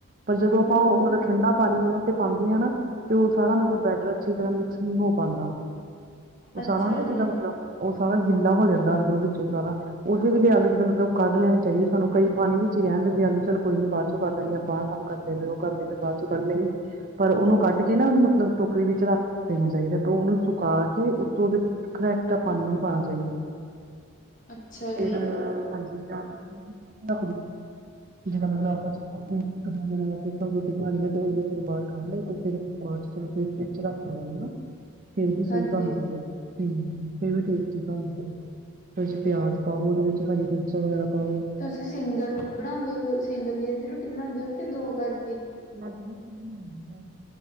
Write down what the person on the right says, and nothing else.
ਪਰ ਜਦੋਂ ਆਪਾਂ
ਉਹਨਾਂ ਦਾ ਠੰਡਾ ਪਾਣੀ ਉਹਨਾਂ ਤੇ ਪਾਉਂਦੇ ਆ ਨਾ ਤੇ ਉਹ ਸਾਰਾ ਮਤਲਬ ਬੈਟਰ ਅੱਛੀ ਤਰ੍ਹਾਂ ਮਿਕਸ ਨਹੀਂ ਹੋ ਪਾਉਂਦਾ। ਉਹ
ਸਾਰਾ ਨਾ
ਜਿੱਦਾਂ ਮਤਲਬ ਉਹ ਸਾਰਾ ਗਿੱਲ ਹੋ ਜਾਂਦਾ ਅੰਦਰੋਂ ਵਿੱਚ ਉਹ ਸਾਰਾ ਉਹਦੇ ਵੇਲੇ ਆਲੂ ਜਿੱਦਾਂ ਆਲੂ ਉਹ ਕੱਢ ਲੈਣੇ ਚਾਹੀਦੇ ਸਾਨੂੰ ਕਈ ਪਾਣੀ ਵਿੱਚ ਹੀ ਰਹਿਣ ਦਿੰਦੇ ਆ ਚੱਲ ਕੋਈ ਬਾਅਦ ਚੋਂ ਕਰ ਲੈਂਦੇ ਆਪਾਂ ਆ ਕੰਮ ਕਰਦੇ ਨੇ ਉਹ ਕਰਦੇ ਨੇ ਬਾਅਦ ਚੁਕੰਨੇ। ਪਰ ਉਹਨੂੰ ਕੱਟ ਕੇ ਨਾ ਉਹਨੂੰ ਮਤਲਬ ਟੋਕਰੀ ਵਿੱਚ ਰੱਖ ਦੇਣਾ ਚਾਹੀਦਾ ਤੇ ਉਹਨੂੰ ਸੁਕਾ ਕੇ ਉੱਤੋਂ ਦੀ ਹੋਰ ਐਕਟਰ ਪਾਣੀ ਨੀ ਪਾਣਾ ਚਾਹੀਦਾ
ਤੇ ਫਿਰ
<unintelligible> <unintelligible> ਹਾਂਜੀ ਰ। ਜਿਹੜਾ ਮਤਲਬ ਆਪਾਂ ਚਲੋ ਇੱਕ ਦੋ ਦਿਨ ਸ ਰੋਟੀ ਬਣਾਉਣੀ ਆ ਤੇ ਉਦੋਂ ਚਲੋਂ ਬਾਹਰ ਕੱਢ ਲਈ ਤੇ ਫਿਰ। ਅ ਚ- ਚਲ ਫਿਰ ਫ ਚ ਰੱਖ ਲ ਨਾ ਫਿਰ ਵੀ ਸਹੀ
ਬਣਦੀ ਹੈ। ਹਮ ਇਹ ਵੀ ਟੋਸਸ ਬਣਦੀ ਉਹਦੇ ਪਿਆਜ ਪਾਓ ਉਹਦੇ ਵਿੱਚ ਹਰੀ ਐਜਮਾਇਣ ਪਾਓ।
ਮੈ ਦੋਨਾਂ ਤਰ <unintelligible> ਆ।